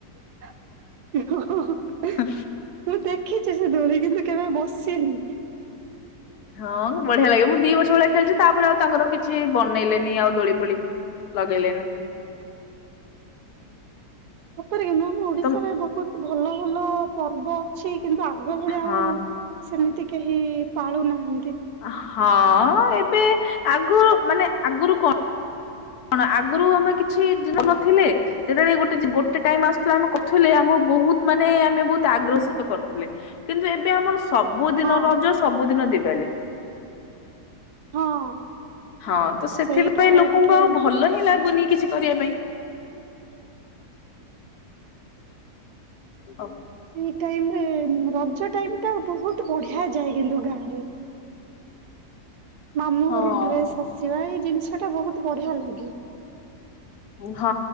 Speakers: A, on the right; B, on the left.
A: ଓ
B: ହଁ।
A: ମୁଁ ଦେଖିଚି ସେ ଦୋଳି, କିନ୍ତୁ କେବେ ବସିନି।
B: ହଁ ବଢିଆ ଲାଗେ, ମୁଁ ଦି ବର୍ଷ ଭଳିଆ ଖେଳିଚି। ତାପରେ ଆଉ ତାଙ୍କର କିଛି ବନେଇଲେନି ଆଉ ଦୋଳି ଫୋଳି। ଲଗେଇଲେନି।
A: ସତରେ କିନ୍ତୁ ଆମ ଓଡିଶାରେ
B: ତ
A: ବହୁତ ଭଲ ଭଲ ପର୍ବ ଛି, କିନ୍ତୁ ଆଗ ଭଳି
B: ହଁ
A: ଆଉ ସେମିତି କେହି ପାଳୁ ନାହାନ୍ତି।
B: ହଁ ଏବେ ଆଗରୁ ମାନେ ଆଗରୁ କଣ କଣ ଆଗରୁ ଆମେ କିଛି <inaudible> ନଥିଲେ। ଯେତେବେଳେ ଗୋଟେ ଯେ ଗୋଟେ ଟାଇମ୍ ଆସୁଥିଲା ଆମେ କଥୁଲେ। ଆମକୁ ବହୁତ ମାନେ ଆମେ ବହୁତ ଆଗ୍ରହ ସହିତ କରୁଥିଲେ। କିନ୍ତୁ ଏବେ ଆମର ସବୁଦିନ
A: ହଁ
B: ରଜ, ସବୁଦିନ ଦିିବାଲୀ।
A: ହଁ।
B: ହଁ ତ ସେଥିପାଇଁ
A: ସେଇଟା
B: ଲୋକଙ୍କୁ
A: ଟିକେ
B: ଆଉ ଭଲ ହିଁ ଲାଗୁନି କିଛି କରିବା ପାଇଁ। ହୋ
A: ଏଇ ଟାଇମ୍ ରେ ରଜ ଟାଇମ୍ ଟା ବହୁତ ବଢିଆ ଯାଏ କିନ୍ତୁ ଗାଁ ରେ। ମାମୁଁ
B: ହଁ
A: ଘରୁ ଡ୍ରେସ୍ ଆସିବା ଏଇ ଜିନିଷ ଟା ବହୁତ ବଢିଆ ଲାଗେ।
B: ହଁ